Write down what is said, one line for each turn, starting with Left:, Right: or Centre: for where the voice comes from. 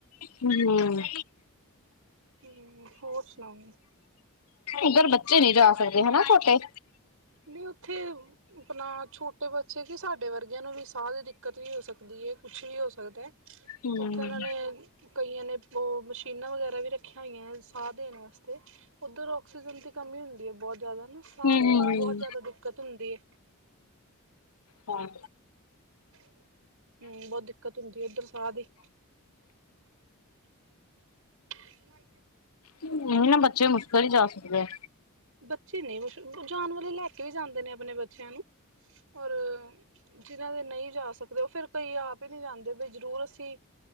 Left: ਹੂੰ।
Right: ਹੂੰ ਹੋਰ ਸੁਣਾਊ?
Left: ਉੱਧਰ ਬੱਚੇ ਨੀ ਜਾ ਸਕਦੇ ਹਨਾ ਛੋਟੇ।
Right: ਨੀ ਉੱਥੇ ਅਪਣਾ ਛੋਟੇ ਬੱਚੇ ਕਿ ਸਾਡੇ ਵਰਗਿਆਂ ਨੂੰ ਵੀ ਸਾਹ ਦੀ ਦਿੱਕਤ ਵੀ ਹੋ ਸਕਦੀ ਏ। ਕੁਛ ਵੀ ਹੋ ਸਕਦਾ
Left: ਹੂੰ,
Right: ਉੱਥੇ ਓਨਾਂ ਨੇ ਕਈਆਂ ਨੇ ਓਹ ਮਸ਼ੀਨਾਂ ਵਗੈਰਾ ਵੀ ਰੱ ਰੱਖੀਆਂ ਹੋਈਐ ਸਾਹ ਦੇਣ ਵਸਤੇ। ਔਧਰ ਆਕਸੀਜਨ ਦੀ ਕਮੀ ਹੁੰਦੀ ਏ ਬੌਤ ਜੈਦਾ ਨਾ ਸਾਹ
Left: ਹੂੰ,
Right: ਦੀ ਬਹੁਤ ਜ਼ਿਆਦਾ ਦਿੱਕਤ ਹੁੰਦੀ ਏ।
Left: ਹਾਂ
Right: ਹੁੰ ਬਹੁਤ ਦਿੱਕਤ ਹੁੰਦੀ ਉੱਪਰ ਸਾਹ ਦੀ। ਹੋਈ ਹੈ
Left: ਨਹੀਂ ਨਾ ਬੱਚੇ ਮੁਸ਼ਕਿਲ ਹੀ ਜਾ ਸਕਦੇ ਆ।
Right: ਬੱਚੇ ਨਹੀਂ ਮੁਸ਼ ਜਾਣ ਵਾਲੇ ਲੈ ਕੇ ਵੀ ਜਾਂਦੇ ਨੇ ਆਪਣੇ ਬੱਚਿਆਂ ਨੂੰ ਔਰ ਜਿਹਨਾਂ ਦੇ ਨਹੀਂ ਜਾ ਸਕਦੇ ਉਹ ਫੇਰ ਕਈ ਆਪ ਹੀ ਨਹੀ ਜਾਂਦੇ ਬ ਜਰੂਰ ਅਸੀਂ